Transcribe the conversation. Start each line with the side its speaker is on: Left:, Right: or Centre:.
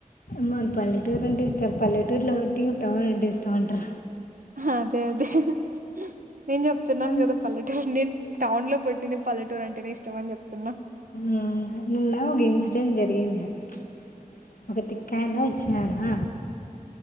Left: మాక్ పల్లెటూరంటే ఇష్టం పల్లెటూరులో ఒట్టిగుంటవై ఏంటి ఇష్టవంట్రా
Right: హ అదే అదే హ్ నేన్ జేప్ తున్నాన్
Left: అన్-
Right: గద పల్లెటూర్ నిన్ టౌన్ లో పుట్టిన పల్లటూరాంటేనే ఇష్టమన్ జేప్ తున్నా
Left: ఆ నీన్న వింగ్ స్టన్ జరిగింది ప్చ్ ఒక తీక్యానోద్ ఓచ్చినాడా